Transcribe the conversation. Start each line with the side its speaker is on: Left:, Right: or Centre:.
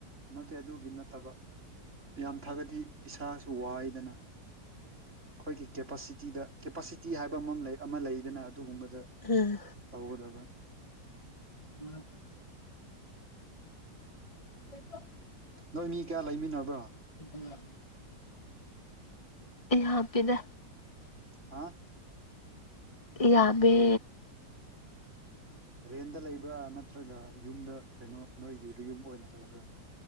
Right: ꯅꯠꯇꯦ ꯑꯗꯨꯒꯤ ꯅꯠꯇꯕ ꯌꯥꯝ ꯊꯥꯒꯠꯗꯤ ꯏꯁꯥꯁꯨ ꯋꯥꯏꯗꯅ ꯑꯩꯈꯣꯏꯒꯤ ꯀꯦꯄꯥꯁꯤꯇꯤꯗ ꯀꯦꯄꯥꯁꯤꯇꯤ ꯍꯥꯏꯕ ꯑꯃ ꯂꯩ ꯑꯃ ꯂꯩꯗꯅ ꯑꯗꯨꯒꯨꯝꯕꯗ
Left: ꯎꯝ
Right: ꯇꯒꯗꯕ
Left: <unintelligible> <unintelligible>
Right: ꯅꯣꯏ ꯃꯤ ꯀꯌꯥ ꯂꯩꯃꯤꯟꯅꯕ꯭ꯔꯣ
Left: <unintelligible> ꯑꯩ ꯍꯥꯞꯄꯤꯗ
Right: ꯍꯥ
Left: ꯌꯥꯝꯃꯦ
Right: ꯔꯦꯟꯗ ꯂꯩꯕ꯭ꯔꯥ ꯅꯠꯇ꯭ꯔꯒ ꯌꯨꯝꯗ ꯀꯩꯅꯣ ꯅꯣꯏꯒꯤ ꯌꯨꯝ ꯑꯣꯏꯅ ꯂꯩꯕ꯭ꯔꯥ